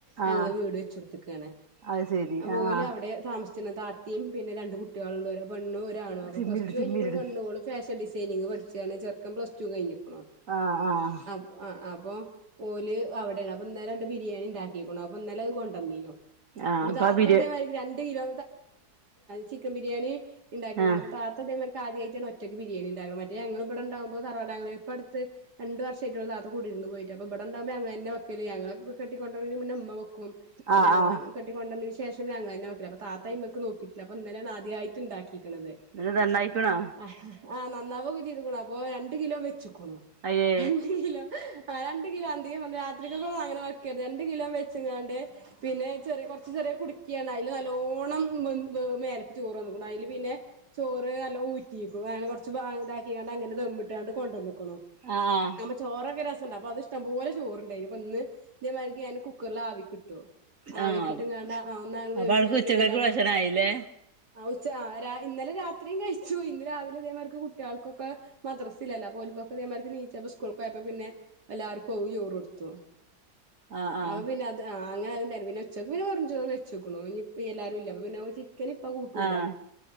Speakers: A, on the right (about 65°); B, on the right (about 50°).
A: ഞങ്ങൾ
B: ആഹ്
A: വീട് വെച്ചൊട്ത്ത്ക്കാണ്
B: അത് ശെരി
A: അപ്പോ
B: ആഹ്
A: ഓൽ അവടെ താമസിച്ച്ണ് താ ത്തിയും പിന്നെ രണ്ട് കുട്ട്യേള്ണ്ട് ഒരു പെണ്ണും ഒരാണും അപ്പോ
B: സിമ്മിലിട്
A: പ്ലസ്ടു കഴിഞ്ഞിക്ക്ണ്
B: സിമ്മിലിട്
A: പെണ്ണോള് ഫാഷൻഡിസൈനിങ് പഠിച്ചാണ് ചെ ക്കം പ്ലസ്റ്റു കഴിഞ്ഞ്ക്ക്ണോ
B: ആഹ് ആഹ്
A: ആഹ്‌ ആഹ് അപ്പൊ ഓല് അവിടെയാണ് അപ്പൊ ഇന്നാലെ അവിടെ ബിരിയാണി ഉണ്ടാക്കിക്കണോ അപ്പൊ ഇന്നാലെ അത് കൊണ്ടന്നീനോ
B: ആഹ്
A: അപ്പൊ
B: അപ്പാ
A: താത്തതേമാരിക്ക്
B: ബിരിയാ
A: രണ്ട് കിലോ ചിക്കൻ ബിരിയാണി ഇണ്ടാക്കിക്കുണു
B: ആഹ്
A: അപ്പൊ താ ത്ത തേമാരിക്ക് ആദ്യയിട്ടാണ് ഒറ്റക്ക് ബരിയേണി ഇണ്ടാക്ക്ണ മ റ്റേ ഞങ്ങൾ ഇപട ഇണ്ടാവുമ്പോ തറവാട് ഞങ്ങൾ ഇപ്പ അടുത്ത് രണ്ട് വർഷായിട്ടൊള്ളു താത്ത കുടിര്ന്ന് പോയിട്ട് അപ്പ ഇപടെ ഇണ്ടവുമ്പോ ഞങ്ങളെന്നെ വെ ക്കൽ ഞങ്ങളൊക്കെ കെട്ടികൊണ്ടർനേറ്റേ മുന്നെ ഇമ്മ വെക്കും പിനെ
B: ആഹ്
A: ഞങ്ങൾ
B: ആഹ്
A: കെട്ടി കൊണ്ടന്ന് ശേഷം ഞങ്ങളെന്നെ വെക്കൽ അപ്പോ താത്ത അയ്മക് നോക്കിട്ടില്ല അപ്പന്നലെ ആദ്യയിട്ട്ണ്ടാക്കിക്ക്ണത്
B: ന്ന്ട്ട് നന്നായ്ക്ണോ
A: ആഹ് നന്നാവൊക്കെ ചെയ്തുക്കണു അപ്പൊ രണ്ട് കിലോ വെച്ചുക്കണു
B: അയ്യേ
A: രണ്ട് കിലോ ആഹ് രണ്ട് കിലോ <unintelligible> രാത്രികക്കും അങ്ങനെ വക്കര്ത് രണ്ട് കിലോ വെച്ചിങ്ങാണ്ട് പിന്നെ ചെറിയ കുറച്ച് ചെറിയ കുടിക്കിയാണ് അതില് നല്ലോണം മേലക്ക് ചോറ് വന്ന്ക്കണു അതില് പിന്നെ ചോറ് നല്ല ഊറ്റിക്കും. അങ്ങനെ കൊറച്ച് ഭാഗം ഇതാക്കിങ്ങാണ്ട് അങ്ങനെ ദധമ്മിട്ടാണ്ട് കൊണ്ട് വന്നേക്കണു
B: ആഹ്
A: പ്പ ചോറൊക്കെ രസണ്ട് അപ്പൊ അത് ഇഷ്ടം പോലെ ചോറ്ണ്ടായിഇനിപ്പൊ ഇന്ന് തേമാരിക്ക് ഞാൻ കുക്കറ്ല് ആവിക്ക് ഇട്ടു ആവി
B: ആഹ്
A: കിട്ട്ങ്ങാണ്ട് അ ആ ഒന്ന് വേവിച്ച്ങ്ങാണ്ട്
B: അപ്പൊ അനക്ക് ഉച്ചക്കക്ക്
A: പിന്നെ എല്ലാര്
B: ഭക്ഷണായില്ലേ
A: ആഹ് ഉച്ച ര ഇന്നലെ രാത്രിയും കഴിച്ചു ഇന്ന് രാവിലെ അതേ മാതിരിക്ക് കുട്ട്യൾക്കൊക്കെ മദ്രസ ഇല്ലല്ല അപ്പൊ ഒലിക്കൊക്കെ ഇതേ മാതിരിക്ക് എനീച്ചപ്പ സ്കൂൾക്ക് ആയപ്പോ പിന്നെ എല്ലാർക്കും ഒരു ചോറ് കൊടുത്തു
B: ആഹ് ആഹ്
A: അവൻ പിന്നെ അത് ആഹ് അങ്ങന ആയതു കൊണ്ടണ് പിന്നെ ഉച്ചക്ക് വെറും ചോറ് വെച്ചുക്കണ് ഇനി ഇപ്പ എല്ലാരും ഇ അപ്പ പിന്നെ ഓൻ ചിക്കന് ഇപ്പ കൂട്ടൂല
B: ആഹ്